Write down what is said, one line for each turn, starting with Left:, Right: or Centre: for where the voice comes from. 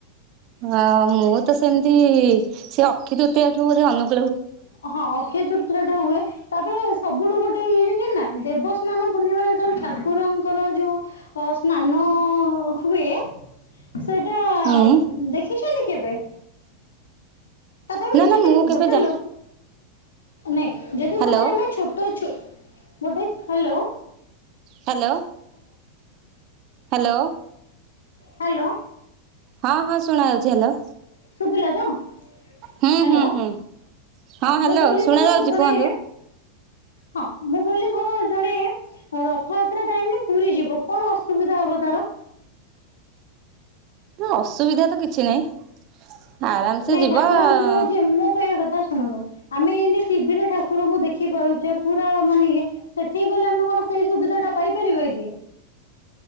Right: ହଁ ମୁଁ ତ ସେମିତି ସେ ଅକ୍ଷିତୃତୀୟ ଠୁ ବୋଧେ ଅନୁ
Left: ହଁ ଅକ୍ଷୟ ତୃତ୍ରିଟା ଠୁ ହୁଏ। ତା ପରେ ସବୁଠୁ ଗୋଟେ ଇଏ ଜଣିଚନ୍ତି ନା ଦେବସ୍ନାନ ପୂର୍ଣ୍ଣିମା ଯେତେବେଳେ ଠାକୁରଙ୍କର ଯୋଉ ଅ ସ୍ନାନ ହୁଏ ସେଟା ଅ
Right: ହୁଁ
Left: ଉଁ ଦେଖିଚନ୍ତି କେବେ? ତଥାପି
Right: ନା ନା
Left: ଯଦି
Right: ମୁଁ କେବେ
Left: ଗୋଟେ
Right: ଯା
Left: ଲୋକ ନାଇଁ ଯଦି
Right: ହ୍ୟାଲୋ
Left: ଗୋଟେ ଆମେ ଛୋଟଛୁ ଗୋଟେ ହାଲୋ
Right: ହାଲୋ ହାଲୋ।
Left: ହାଲୋ।
Right: ହଁ ହଁ ଶୁଣାଯାଉଚି ହାଲୋ।
Left: ଶୁଭିଲ ତ? ହ୍ୟାଲୋ
Right: ହୁଁ ହୁଁ ହୁଁ ହଁ ହ୍ୟାଲୋ
Left: ମୁଁ କହିଲି
Right: ଶୁଣାଯାଉଚି
Left: ଧର ଜଣେ
Right: କୁହନ୍ତୁ।
Left: ହଁ ମୁଁ କହିଲି ଧର ଜଣେ ରଥଯାତ୍ରା ଟାଇମରେ ପୁରୀ ଯିବ କଣ ଅସୁବିଧା ହବ ତାର?
Right: ନା ଅସୁବିଧା ତ କିଛି ନାହିଁ। ଆରାମସେ
Left: ନାଇଁ
Right: ଯିବା
Left: ଠାକୁରଙ୍କୁ ଯେ ମୋ କହିବା କଥା ଶୁଣନ୍ତୁ। ଆମେ ଯେମତି ଟି ଭି ରେ ଠାକୁରଙ୍କୁ ଦେଖି ପାରୁଚେ। ପୁରା ମାନେ ଇଏ ସେଠିକି ଗଲେ ଆମେ କଣ ସେଇ ସୁବିଧା ଟା ପାଇପାରିବା କି?